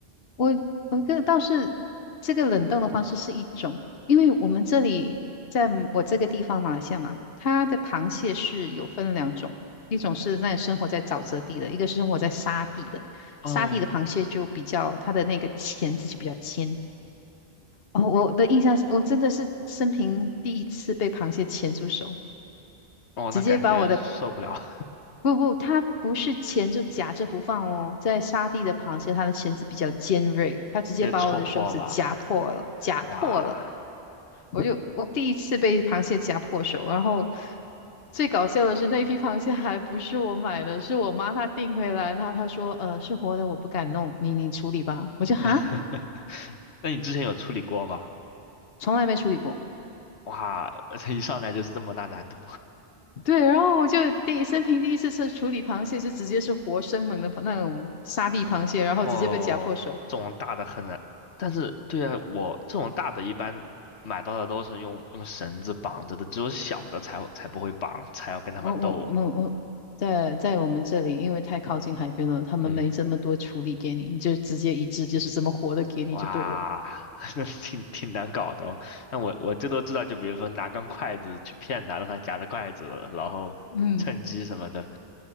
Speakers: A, on the left (about 65°); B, on the left (about 80°).
A: 我我个倒是这个冷冻的方式是一种，因为我们这里在我这个地方马来西亚嘛，它的螃蟹是有分两种，一种是那生活在沼泽地的，一个是生活在沙地的。
B: 哦
A: 沙地的螃蟹就比较它的那个钳子就比较尖。哦，我的印象是我真的是生平第一次被螃蟹钳住手，
B: 哦，
A: 直接把我的
B: 那感觉受不了，
A: 不不，它不是钳就夹着不放哦，在沙地的螃蟹，它的钳子比较尖锐，它直接把我的手指夹破了，
B: <laughs> 被戳破了，
A: 夹破了。
B: 哇！
A: 我就我第一次被螃蟹夹破手，然后最搞笑的是那批螃蟹还不是我买的，是我妈她订回来，她她说呃是活的，我不敢弄，你你处理吧。我就哈，
B: <laughs> 那你之前有处理过吗？
A: 从来没处理过。
B: 哇，<laughs> 一上来就是这么大难度
A: 对，然后我就第生平第一次处处理螃蟹，就直接是活生猛的那种沙地螃蟹，然后直接被夹破手。
B: 哦，这种大的很难。但是，对啊，我这种大的一般买到的都是用用绳子绑着的，只有小的才才不会绑，才要跟他们斗。
A: 我我我我在在我们这里，因为太靠近海边了，他们没这么多处理给你，
B: 对，
A: 就直接一只就是这么活的给你就对了。
B: 哇，<laughs> 那挺挺难搞的哦。那我我最多知道，就比如说拿根筷子去骗他，让他夹着筷子，然后趁机什么的。
A: 嗯，